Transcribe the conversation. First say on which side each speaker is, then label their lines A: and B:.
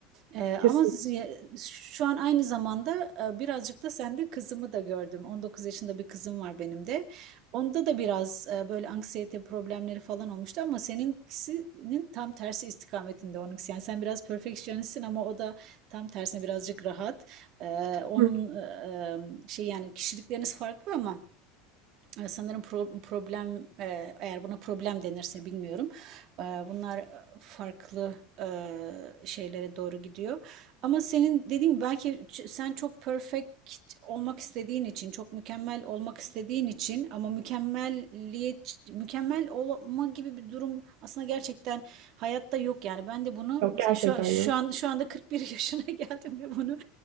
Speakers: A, on the right; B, on the right.
A: E,
B: Kesin.
A: ama şu an aynı zamanda e, birazcık da sende kızımı da gördüm. 19 yaşında bir kızım var benim de. Onda da biraz e, böyle anksiyete problemleri falan olmuştu ama seninkisinin tam tersi istikametinde onunkisi. Yani sen biraz perfectionistsin ama o da tam tersine birazcık rahat. E, onun
B: Hı,
A: e, e, şey yani kişilikleriniz farklı ama e, Sanırım pro- problem e, eğer buna problem denirse bilmiyorum. E, Bunlar farklı e, şeylere doğru gidiyor. Ama senin dediğin belki sen çok perfect olmak istediğin için, çok mükemmel olmak istediğin için ama mükemmelliyet mükemmel olma gibi bir durum aslında gerçekten hayatta yok yani. Ben de bunu
B: Yok
A: mesela
B: gerçekten
A: şu şu
B: yok.
A: an şu anda 41 <laughs> yaşına geldim ve bunu